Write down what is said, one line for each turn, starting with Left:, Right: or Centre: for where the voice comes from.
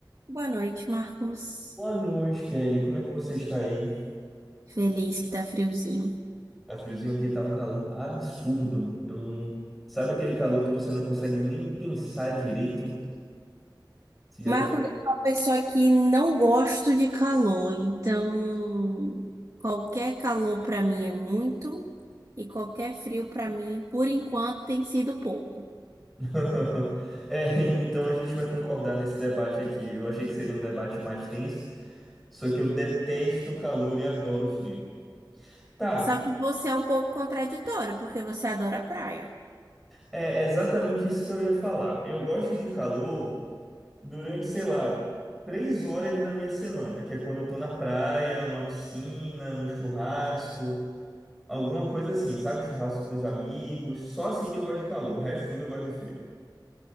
Right: Boa noite, Marcos.
Centre: Boa noite, Kelly. Como é que você está aí?
Right: Feliz que tá friozinho.
Centre: Tá friozinho aqui, tá um calor absurdo. Eu não- Sabe aquele calor que você não consegue nem pensar direito? Você já
Right: Marcos,
Centre: fica.
Right: eu sou uma pessoa que não gosto de calor, então qualquer calor pra mim é muito e qualquer frio pra mim, por enquanto, tem sido pouco.
Centre: <laughs> É, então a gente vai concordar nesse debate aqui. Eu achei que seria um debate mais tenso, só que eu detesto o calor e adoro o frio. Tá,
Right: Só que você é um pouco contraditório, porque você adora praia.
Centre: é exatamente isso que eu ia falar. Eu gosto de calor durante, sei lá, três horas da minha semana, que é quando eu tô na praia, numa piscina, num churrasco. Alguma coisa assim, sabe? Churrasco com os amigos. Só assim que eu gosto de calor. O resto tudo eu gosto de frio.